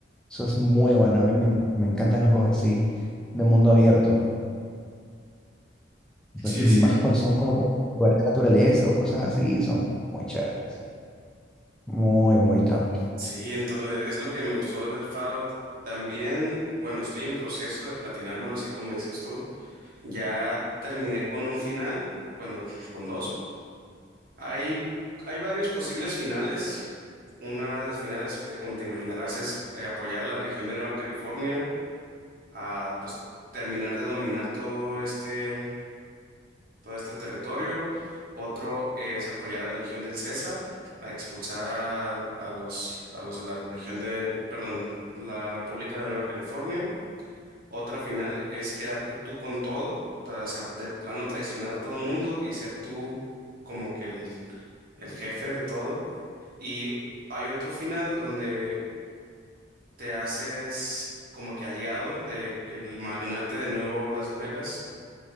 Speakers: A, in the centre; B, on the right.
A: Eso es muy bueno. A mí me, en- me encantan los juegos así, de mundo abierto. Do-
B: Sí,
A: Y
B: sí,
A: más cuando son como que lugares de naturaleza o cosas así, son muy chéveres. Muy, muy top.
B: sí, entonces es lo que me gustó del Fallout. También, bueno, estoy en proceso de platinármelo, así como dices tú. Ya terminé con un final, bueno, con dos. Hay, hay varios posibles finales. Una de las finales, te- como te imaginarás, es eh, apoyar a la Legión de Nueva California a pues, terminar de dominar todo este, todo este territorio. Otro es apoyar a la Legión del César, a expulsar a, a los, a los de la Legión de, perdón, la República de Nueva California. Otra final es quedarte tú con todo, o sea, de plano traicionar a todo mundo y ser tú como que el el jefe de todo. Y hay otro final donde te haces como que aliado de el magnate de Nuevo Las Vegas.